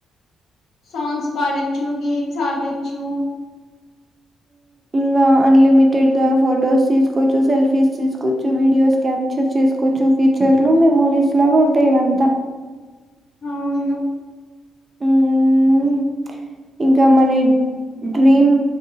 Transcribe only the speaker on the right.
గా అన్లిమిటెడ్ గా ఫొటోస్ తీసుకోవచ్చు సెల్ఫీస్ తీసుకోవచ్చు వీడియోస్ క్యాప్చర్ చేసుకోవచ్చు ఫ్యూచర్లో మెమోరీస్ లాగా ఉంటాయి ఇవంతా
హ్మ్. ఇంకా మన డ్రీమ్